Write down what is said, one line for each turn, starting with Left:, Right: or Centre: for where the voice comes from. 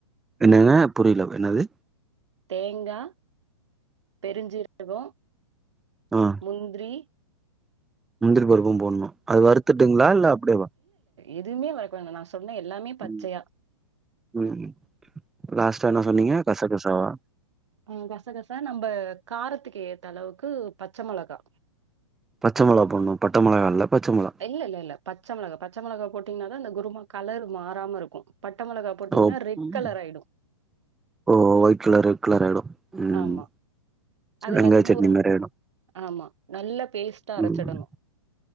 Centre: என்னங்க புரில என்னது
Right: தேங்கா பெருஞ்ஜீரகோ
Centre: ம்
Right: முந்ரி
Centre: முந்திரி பருப்பு போட்ணு அது வறுத்துட்டுங்ளா இல்ல அப்டே வா
Right: எதுமே வதக்க வேணா நா சொன்ன எல்லாமே பச்சையா
Centre: ம் ம் லாஸ்ட்டா என்ன சொன்னீங்க கச கசாவா
Right: ம் கசகசா நம்ப காரத்துக்கு ஏத்த அளவுக்கு பச்ச மொளகா
Centre: பச்ச மொளா போட்ணு பட்ட மொளகா இல்ல பச்ச மொளா
Right: இல்ல இல்ல இல்ல பச்சை மொளகா பச்ச மொளகா போட்டீங்னாதா அந்த குருமா கலர் மாறாமருக்கு பட்ட மொளகா போட்டீங்கன்னா
Centre: ஓ
Right: ரெட்
Centre: ம்.
Right: கலர் ஆயிடு
Centre: ஓ வொயிட் கலர் ரெட் கலர் ஆயிடு ம்
Right: ஆமா அது எல்லாத்தையுமே
Centre: வெங்காய சட்னி
Right: ஒரு
Centre: மாரி ஆயிடு
Right: ஆமா நல்ல பேஸ்ட்டா அரைச்சிடணு
Centre: ம்